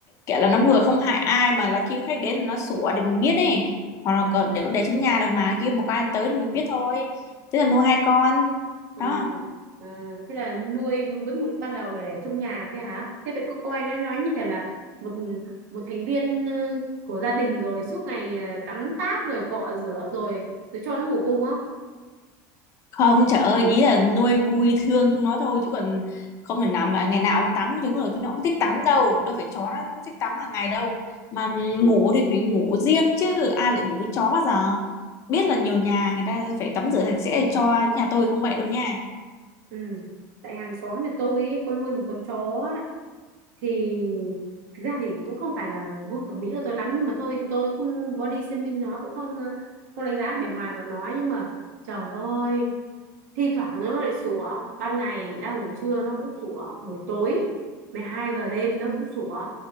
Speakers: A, on the left (about 35°); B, on the right (about 80°).
A: kiểu là nó vừa không hại ai mà là khi khách đến thì nó sủa để mình biết ấy hoặc là còn để để trong nhà được mà khi mà có ai tới thì mình biết thôi thế là nuôi hai con
B: À,
A: đó
B: à, thế là nuôi với mục đích ban đầu là để trong nhà thế hả? Thế vậy cô coi nó nói như chả là một một thành viên ờ, của gia đình rồi suốt ngày ờ, tắm táp rồi cọ rửa rồi rồi cho nó ngủ cùng không?
A: không trời ơi ý là nuôi vui thương chúng nó thôi chứ còn không thể nào mà ngày nào cũng tắm với chúng nó được chúng nó cũng thích tắm đâu đâu phải chó nó nó thích tắm hàng ngày đâu mà ngủ thì phải ngủ riêng chứ ai lại ngủ với chó bao giờ biết là nhiều nhà người ta phải tắm rửa sạch sẽ để cho nhà tôi không vậy đâu nha
B: Ừ. Tại hàng xóm nhà tôi ấy, có nuôi một con chó thì thực ra thì cũng không phải là gu thẩm mỹ của tôi lắm nhưng mà thôi tôi cũng không body shaming nó cũng không ờ, không đánh giá bề ngoài của nó nhưng mà trời ơi thi thoảng nó lại sủa ban ngày đang ngủ trưa nó cũng sủa buổi tối 12 giờ đêm nó cũng sủa